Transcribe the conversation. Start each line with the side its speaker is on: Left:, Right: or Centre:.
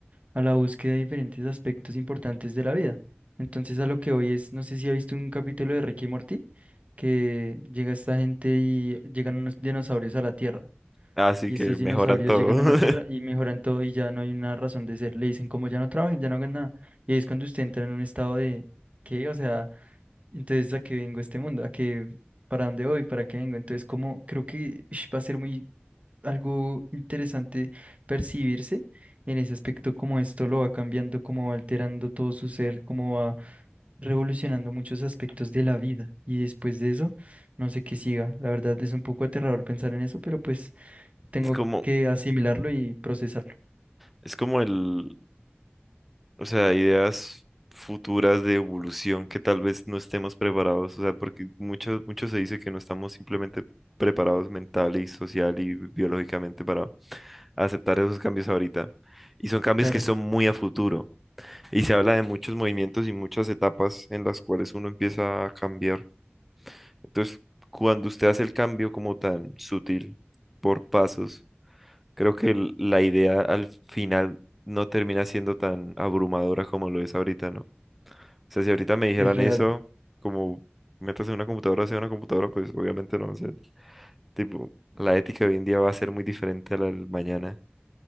Right: a la búsqueda de diferentes aspectos importantes de la vida. Entonces, a lo que hoy es, no sé si ha visto un capítulo de Ricky y Morty, que llega esta gente y llegan unos dinosaurios a la Tierra.
Centre: así
Right: Y
Centre: que
Right: estos
Centre: mejoran
Right: dinosaurios
Centre: todo.
Right: llegan a la Tierra
Centre: <laughs>
Right: y mejoran todo y ya no hay una razón de ser. Le dicen como ya no trabajen, ya no hagan nada. Y ahí es cuando usted entra en un estado de, ¿qué? O sea, entonces ¿a qué vengo a este mundo? ¿A qué? ¿Para dónde voy? ¿Para qué vengo? Entonces como creo que ish, va a ser muy algo interesante percibirse en ese aspecto, como esto lo va cambiando, como va alterando todo su ser, como va revolucionando muchos aspectos de la vida. Y después de eso, no sé qué siga. La verdad es un poco aterrador pensar en eso, pero pues... Tengo
Centre: Es como,
Right: que asimilarlo y procesarlo.
Centre: es como el, o sea, ideas futuras de evolución que tal vez no estemos preparados, o sea, porque mucho, mucho se dice que no estamos simplemente preparados mental y social y biológicamente para aceptar esos cambios ahorita. Y son cambios
Right: Claro,
Centre: que son muy a futuro. Y se habla de muchos movimientos y muchas etapas en las cuales uno empieza a cambiar. Entonces, cuando usted hace el cambio como tan sutil, por pasos, Creo que el- la idea al final no termina siendo tan abrumadora como lo es ahorita, ¿no? O sea, si ahorita me dijeran
Right: sí es real.
Centre: eso, como métase en una computadora, sea una computadora, pues obviamente no. O sea, tipo, la ética de hoy en día va a ser muy diferente a la del mañana